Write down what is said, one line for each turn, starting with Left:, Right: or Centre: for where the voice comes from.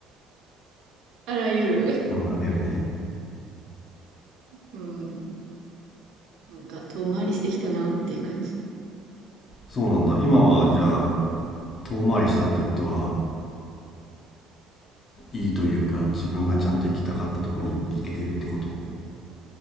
Right: あらゆる、
Left: うん、あらゆるね。
Right: うん、なんか、遠回りしてきたなっていう感じ。
Left: そうなんだ。今はじゃあ、遠回りしたってことは、いいというか、自分がちゃんと行きたかったとこに行けてるってこと。